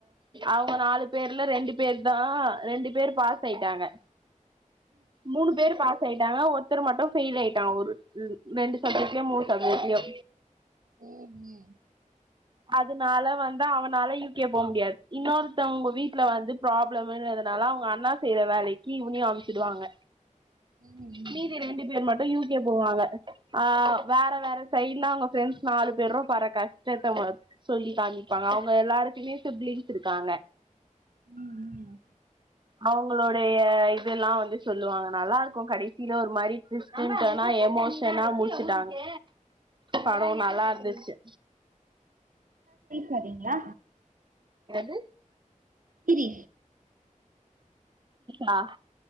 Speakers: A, on the right (about 35°); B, on the right (about 85°).
A: அவங்க நாலு பேர்ல ரெண்டு பேர்தா ரெண்டு பேர் பாஸ் ஆயிட்டாங்க மூணு பேர் பாஸ் ஆயிட்டாங்க ஒருத்தர் மட்டும் ஃபெயில் ஆயிட்டாங்க ஒரு ரெண்டு சப்ஜெக்ட்லயு மூணு சப்ஜெக்ட்லயு
B: உம் உம்
A: அதுனால வந்து அவனால யு கே போக முடியாது இன்னொருத்தவங்க வீட்டுல வந்து ப்ராப்ளம்ன்றதுனால அவங்க அண்ணா செய்யற வேலைக்கு இவனையு அனுப்ச்சிடுவாங்க
B: ஏதாச்சு
A: மீதி ரெண்டு பேர் மட்டு யூ கே போவாங்க ஆஹ் வேற வேற சைடுலா அவங்க ஃப்ரண்ட்ஸ் நாலு பேரு பட்ற கஷ்டத்த சொல்லி காமிப்பாங்க அவங்க எல்லாருக்குமே சிப்லிங்ஸ் இருக்காங்க
B: உம் உம்
A: அவங்களுோடைய இதெல்லா வந்து சொல்லுவாங்க நல்லா இருக்கு கடைசியில ஒரு மாரி ஸிஸ்டன்டனா எமோஷனா முடிச்சுட்டாங்க படம் நல்லா இருந்துச்சு
B: பாப்பிங்களா
A: எது
B: கிரி
A: ஹ